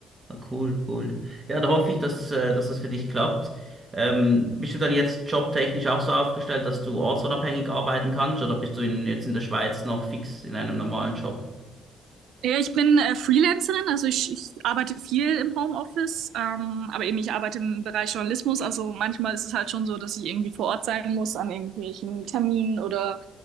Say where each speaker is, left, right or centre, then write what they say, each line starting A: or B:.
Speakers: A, on the right; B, on the right.
A: ah, cool, cool. Ja, da hoffe ich, dass, äh, dass das für dich klappt. Ähm, bist du dann jetzt jobtechnisch auch so aufgestellt, dass du ortsunabhängig arbeiten kannst oder bist du in, jetzt in der Schweiz noch fix in einem normalen Job?
B: Ja, ich bin äh, Freelancerin, also ich, ich arbeite viel im Homeoffice, ähm, aber eben ich arbeite im Bereich Journalismus. Also manchmal ist es halt schon so, dass ich irgendwie vor Ort sein muss an irgendwelchen Terminen oder